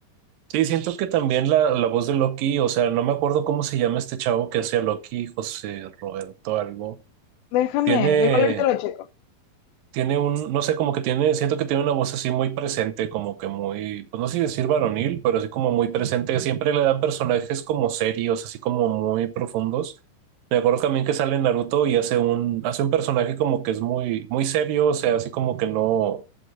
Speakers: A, on the right; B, on the left.
A: Sí, siento que también la, la voz de Loki, o sea, no me acuerdo cómo se llama este chavo que hacía Loki, José Roberto algo.
B: Déjame,
A: Tiene,
B: igual ahorita lo checo.
A: tiene un, no sé, como que tiene, siento que tiene una voz así muy presente, como que muy, pues no sé si decir varonil, pero así como muy presente. Siempre le dan personajes como serios, así como muy profundos. Me acuerdo también que sale en Naruto y hace un, hace un personaje como que es muy, muy serio, o sea, así como que no,